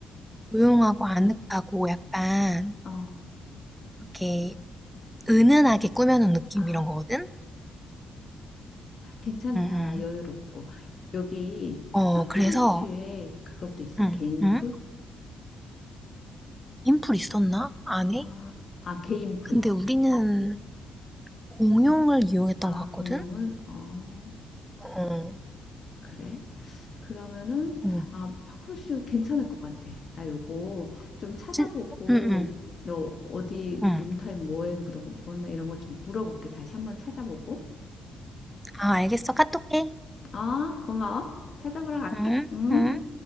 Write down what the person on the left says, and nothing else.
어.
아,
괜찮다.
여유롭고. 여기
그 파크로슈에
그것도 있어?
개인
풀?
아, 아, 개인 풀.
아,
공용을? 어,
그래? 그러면은,
아, 파크루쇼 괜찮을 것 같아. 나 요거 좀 찾아보고,
너 어디
룸타입 뭐에 묻어- 묵었나 이런 거 좀 물어볼게. 다시 한번 찾아보고.
아, 고마워. 찾아보러 갈게.
응?